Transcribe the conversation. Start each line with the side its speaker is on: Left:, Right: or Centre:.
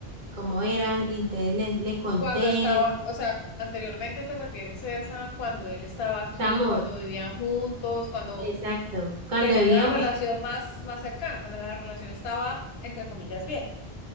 Right: cómo eran, entonces le, le conté.
Left: Cuando estaba, o sea, anteriormente te refieres a esa, cuando él estaba aquí,
Right: Estamos,
Left: cuando vivían juntos, cuando
Right: exacto. Cuando
Left: tenían
Right: vivíamos,
Left: la relación más, más cercana, cuando la relación estaba, entre comillas, bien,